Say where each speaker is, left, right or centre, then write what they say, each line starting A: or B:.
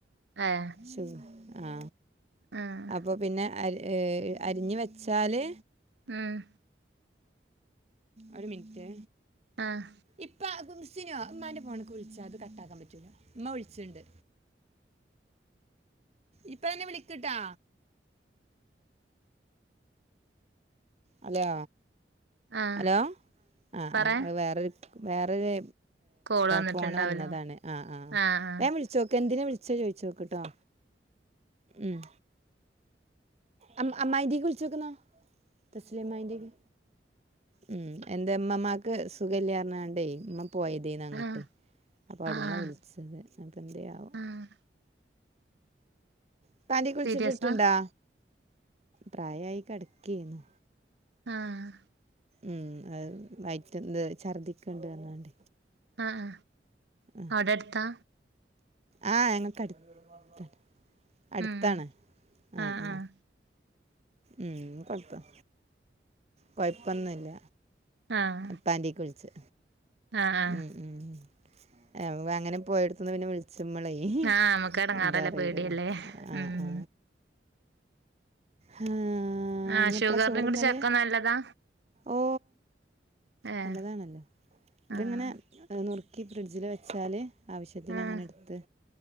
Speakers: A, on the right; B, on the right.
A: ഏഹ്
B: ശു ആ
A: ആഹ്
B: അപ്പൊ പിന്നെ അരിഞ്ഞ് വച്ചാല്
A: ഉം
B: ഒരു മിനിറ്റ്
A: ആഹ്
B: ഇപ്പ സിനോ ഉമ്മാന്റെ ഫൊണ്ക്ക് വളിച്ചാ ഇത് കട്ടാക്കാൻ പറ്റൂല ഉമ്മാ വിളിച്ചിണ്ട് ഇപ്പ തന്നെ വിളിക്ക്ട്ടാ ഹലോ
A: ആഹ്
B: ഹലോ ആ
A: പറേ
B: ആ അത് വേറൊരു വേറൊര്
A: കോള് വന്നിട്ടുണ്ടാവല്ലോ
B: ഫോണ് വന്നതാണ് ആ ആ
A: ആഹ്
B: വേഗം വിളിച്ചോക്ക് എന്തിനാ വിളിച്ച ചോയിച്ചോക്ക്ട്ടോ ഉം അ അമ്മായിന്റെക്ക് വിളിച്ചോക്ക്ന്ന തസ്ലി അമ്മായിന്റെക്ക് ഉം എന്തെ ഇമ്മമാക്ക് സുഖല്യാ പറഞ്ഞാണ്ടേ പോയതേനി അങ്ങട്ട്
A: ആഹ് ആഹ്
B: അപ്പൊ അവിടന്നാ
A: ആഹ്
B: വിളി ച്ചത് അപ്പം എന്തെയാവോ
A: ആഹ്
B: ഇപ്പാന്റെക്ക്
A: സീരിയസാ
B: വിച്ചിട്ട് കിട്ടുണ്ടോ പ്രായായി കടക്കേനി
A: ആഹ്
B: ഉം അഹ് വൈറ്റ്ന്ന് ഛർദിക്ക്ണ്ട് പറഞ്ഞാണ്ട്
A: ആ ആ
B: ആഹ്
A: അവിടെ എടുത്താ
B: ആഹ് ഞങ്ങക്ക് അട് ത്ത അടുത്താണ്
A: ഉം
B: ആ
A: ആഹ്
B: ആ
A: ആഹ്
B: ഉം കൊഴപ്പം കൊഴപ്പൊന്നുംല്ല
A: ആഹ്
B: പ്പാന്റെക്ക് വിൾച്ച്
A: ആഹ് ആഹ്
B: ഉം ഉം അങ്ങനെ പോയോടുത്ത്ന്ന് പിന്നെ വിളിച്ചുമ്മളേ ഉം
A: ആഹ് നമുക്ക് എടങ്ങാറല്ലേ
B: എന്താ അറിയില്ലല്ലേ
A: പേടിയല്ലേ
B: ആ
A: ഉം
B: ആ ആഹ്
A: ആഹ്
B: ഞ്ഞ്എപ്പഴാ
A: ഷുഗറിനും
B: ചോറ്ന്നല്
A: കൂടി ചക്ക നല്ലതാ
B: ഓ
A: ഏഹ്
B: നല്ലതാണല്ലോ ഇത്
A: ആഹ്
B: ഇങ്ങനെ നുറുക്കി ഫ്രിഡ്ജില് വെച്ചാല് ആവശ്യത്തിന്
A: ആഹ്
B: അങ്ങനെ എടുത്ത്